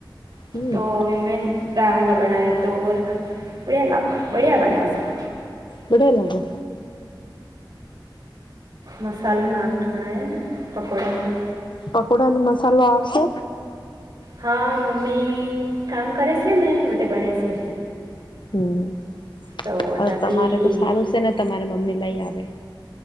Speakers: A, on the left (about 70°); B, on the right (about 60°).
A: હમ
B: તો વિીમેન ડાલના બનાયા તોર બ લ બઢિયા બન્યાસા.
A: બડે લાગો.
B: મસાલુ નાકનું બનાયા પકૌડાનું.
A: પકોડા ન મસાલો આવશે.
B: હા મમ્મી કામ કરે છે ને વતે બણે છે.
A: હમ
B: તો વટાતી
A: હવે તમારે તો સારું છે ને તમારે મમ્મી લઈ આવે.